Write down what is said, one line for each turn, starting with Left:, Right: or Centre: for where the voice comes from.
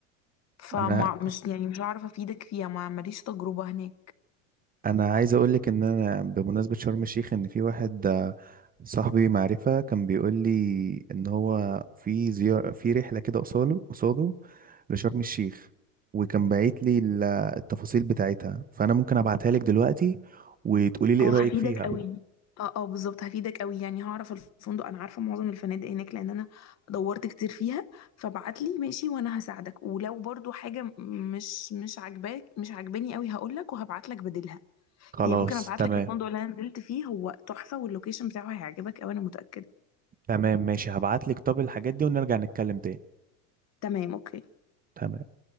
Left: فمش
Right: انا
Left: يعني مش هعرف افيدك فيها ما ماليش تجربة هناك
Right: انا عايز اقول لك ان انا بمناسبه شرم الشيخ ان في واحد آه، صاحبي معرفه كان بيقول لي ان هو في زيارة في رحله كده قصاله قصاده لشرم الشيخ وكان باعت لي ال- التفاصيل بتاعتها فانا ممكن ابعتها لك دلوقتي وتقولي لي
Left: اه
Right: ايه رايك
Left: هفيدك
Right: فيها
Left: قوي اه اه بالظبط هفيدك قوي يعني هعرف الفندق انا عارفه معظم الفنادق هناك لان انا دورت كتير فيها فبعت لي ماشي وانا هساعدك ولو برضو حاجه م- مش مش عاجباك مش عاجباني قوي هقول لك وهبعت لك بديلها
Right: خلاص
Left: يعني ممكن ابعت
Right: تمام
Left: لك الفندق اللي انا نزلت فيه هو تحفه واللوكيشن بتاعه هيعجبك قوي انا متاكده
Right: تمام ماشي هبعت لك طب الحاجات دي ونرجع نتكلم تاني
Left: تمام اوكي
Right: تمام